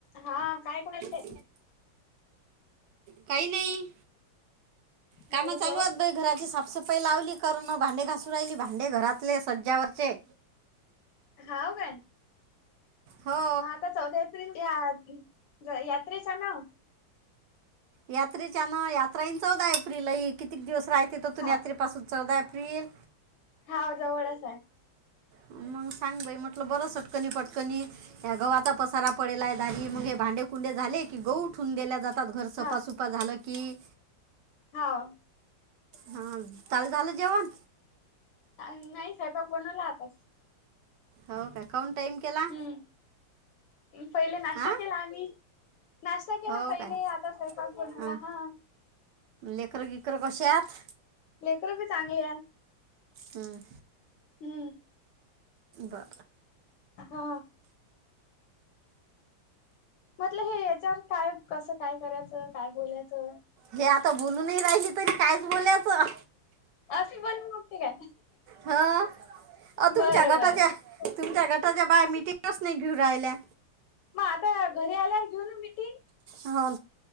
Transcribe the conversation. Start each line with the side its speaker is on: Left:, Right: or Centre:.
Left: हा का ऐकू नाही येत हे!
Right: <inaudible> काही नाही, काम
Left: झालं
Right: चालू
Left: जेवण
Right: आहत बाई घराची साप सफाई लावली करण भांडे घासू राहिली, भांडे घरातले सज्जावरचे.
Left: हाव काय!
Right: हो
Left: हा आता चौदा एप्रिल या-यात्रेचा ना!
Right: यात्रेच्यान यात्रायीन चौदा एप्रिला एक. कितीक दिवस राहते त तिथून
Left: हा
Right: यात्रेपासून चौदा एप्रिल
Left: हाव जवळच आहे.
Right: मंग सांग बाई म्हटलं बरं सटकणी पटकनी. या गव्हा चा पसारा पडेलाय आहे दारी, मग हे भांडे कुंडे झाले की गहू ठून देल्या जात आताच घर सफासुफा
Left: हा
Right: झालं की!
Left: हाव!
Right: हा ताल झाल जेवन?
Left: नाही सैपाक बनवला आताच.
Right: हो काय काहून टाईम! केला
Left: हूं पहिले नाश्ता
Right: हां
Left: केला आम्ही. नाश्ता केला
Right: हो
Left: पहिले,
Right: काय
Left: आता स्वयंपाक बनवला
Right: हां
Left: हं!
Right: लेकरं बीकरं कशे आहात!
Left: लेकर बी चांगल्या.
Right: हूं!
Left: हू!
Right: ब!
Left: हा म्हतलं हे याच्यावर. काय कसं काय करायचं, काय बोलायचं.
Right: हे आता बोलूनही राहिली तरी कायच बोलायचं.
Left: अशी बोल मग ते काय
Right: हं अव तुमच्या
Left: बरं
Right: गटात
Left: बरं
Right: यां! तुमच्या गटाच्या बाया मिटिंगच नाही घेऊ राहिल्या!
Left: म अता घरी आल्यावर घेऊ न मिटिंग.
Right: ह